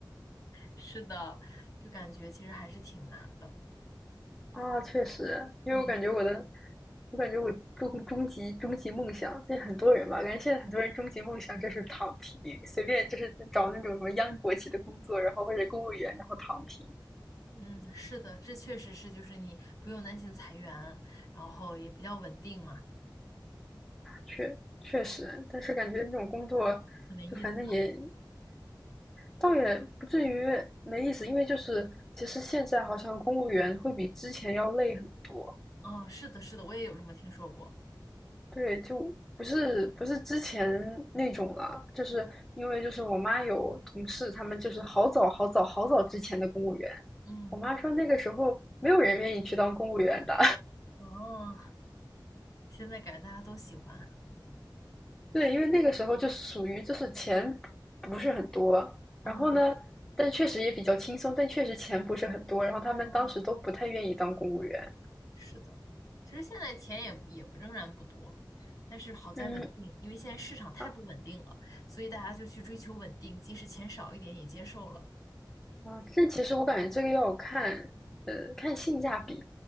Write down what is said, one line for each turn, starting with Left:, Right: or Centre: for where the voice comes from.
Left: 是的，就感觉其实还是挺难的。
Centre: 啊，确实，因为我感觉我的，
Left: 嗯，
Centre: 我感觉我终终极终极梦想，这很多人吧，感觉现在很多人终极梦想就是躺平，随便就是找那种什么央国企的工作，然后或者公务员，然后躺平。
Left: 嗯，是的，这确实是，就是你不用担心裁员，然后也比较稳定嘛，
Centre: 确确实，但是感觉那种工作，
Left: 很没意思。
Centre: 就反正也倒也不至于没意思，因为就是其实现在好像公务员会比之前要累很多，
Left: 嗯，是的，是的，我也有这么听说过。
Centre: 对，就不是不是之前那种了，就是因为就是我妈有同事，他们就是好早好早好早之前的公务员，
Left: 嗯，
Centre: 我妈说那个时候没有人愿意去当公务员的，
Left: 哦，现在感觉大家都喜欢。
Centre: <laughs> 对，因为那个时候就属于就是钱不是很多，
Left: 嗯
Centre: 然后呢，但确实也比较轻松，但确实钱不是很多，然后他们当时都不太愿意当公务员，
Left: 嗯，是的，其实现在钱也也仍然不多，但是好在稳定，
Centre: 嗯
Left: 因为现在市场太不稳定了，
Centre: 啊
Left: 所以大家就去追求稳定，即使钱少一点也接受了。
Centre: 啊，这其实我感觉这个要看，呃，看性价比。